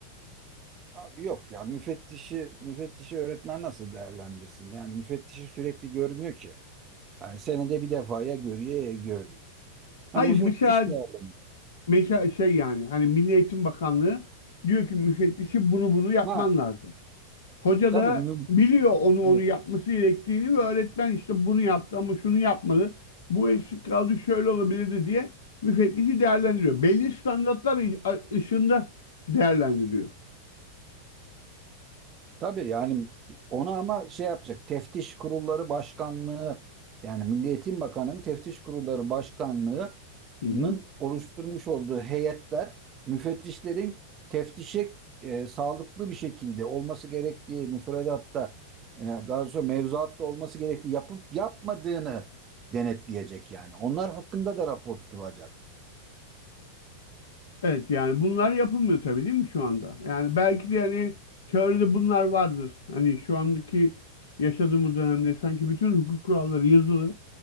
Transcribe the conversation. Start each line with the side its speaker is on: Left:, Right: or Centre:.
Right: abi yok ya müfettişi müfettişi öğretmen nasıl değerlendirsin? Yani müfettişi sürekli görmüyor ki. Yani senede bir defaya görüyor, ya görmüyor. Ha
Left: Hayır
Right: müfettiş
Left: mesela
Right: değerlendiriyor.
Left: mesela şey yani hani Milli Eğitim Bakanlığı diyor ki müfettişi bunu bunu yapman
Right: Ha
Left: lazım. Hoca
Right: tabii
Left: da
Right: mü-
Left: biliyor onu onu
Right: evet.
Left: yapması gerektiğini ve öğretmen işte bunu yaptı ama şunu yapmadı. Bu eksik kaldı şöyle olabilirdi diye müfettişi değerlendiriyor. Belli standartlar ı- a- ışığında değerlendiriyor.
Right: Tabii yani ona ama şey yapacak. Teftiş Kurulları Başkanlığı yani Milli Eğitim Bakanı'nın Teftiş Kurulları Başkanlığı'nın
Left: Hı hı.
Right: oluşturmuş olduğu heyetler müfettişlerin teftişe e, sağlıklı bir şekilde olması gerektiği müfredatta e, daha sonra mevzuatta olması gerektiği yapıp yapmadığını denetleyecek yani. Onlar hakkında da rapor tutulacak.
Left: Evet yani bunlar yapılmıyor tabii değil mi şu anda? Yani belki de hani teoride bunlar vardır. Hani şu andaki yaşadığımız dönemde sanki bütün hukuk kuralları yazılı.